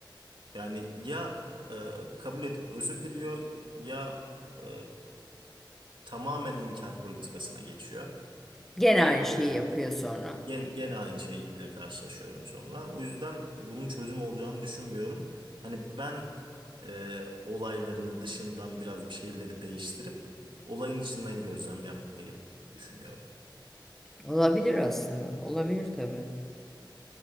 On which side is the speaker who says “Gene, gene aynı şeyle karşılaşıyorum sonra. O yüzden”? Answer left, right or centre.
Right